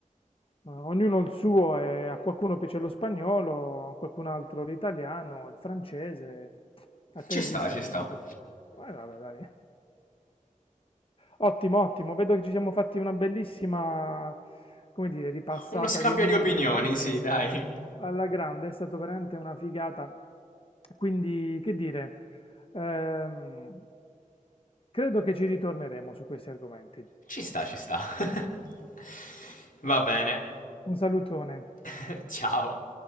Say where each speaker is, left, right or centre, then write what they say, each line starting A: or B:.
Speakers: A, on the left (about 40°); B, on the left (about 80°).
A: ma ognuno il suo, e a qualcuno piace lo spagnolo, a qualcun altro l'italiano, il francese, a te
B: Ci
A: il
B: sta,
A: russo,
B: ci
A: a me
B: sta.
A: invece il tedesco. Eh, vabbè, dai. <laughs> Ottimo, ottimo, vedo che ci siamo fatti una bellissima, come dire, ripassata
B: Uno scambio
A: di musica
B: di opinioni, sì, dai.
A: alla grande, è stata veramente una figata. Quindi, che dire, ehm, credo che ci ritorneremo su questi argomenti.
B: Ci sta, ci sta. <laughs> Va bene.
A: Un salutone.
B: <laughs> Ciao.